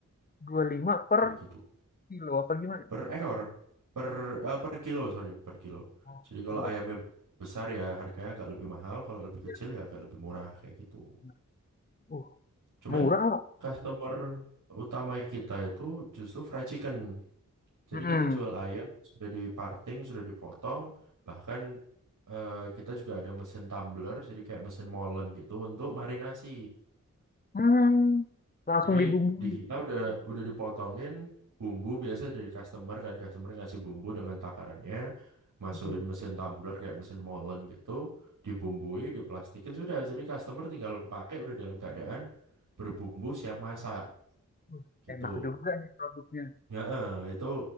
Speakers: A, on the left; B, on the right.
A: 25 per
B: Kayak gitu.
A: kilo apa gimana?
B: per
A: Mas?
B: ekor per eh, per kilo sorry per kilo
A: Oh,
B: jadi
A: per kilo.
B: kalau ayamnya besar ya harganya agak lebih mahal kalau lebih
A: Ya.
B: kecil ya agak lebih murah kayak gitu
A: benar. Uh,
B: cuman
A: murah loh.
B: customer Oh. utama kita itu justru fried chicken jadi
A: Mm-mm.
B: kita jual ayam sudah diparting sudah dipotong bahkan eh, kita juga ada mesin tumbler jadi kayak mesin molen gitu untuk marinasi
A: Hmm, langsung
B: Jadi
A: dibumbui.
B: di kita udah udah dipotongin bumbu biasa dari customer kan customer ngasih bumbu dengan takarannya masukin
A: Mm-mm.
B: mesin tumbler kayak mesin molen gitu dibumbui diplastikin sudah jadi customer tinggal pakai udah dalam keadaan berbumbu siap masak
A: Uh,
B: gitu
A: enak juga nih produknya.
B: Heeh, itu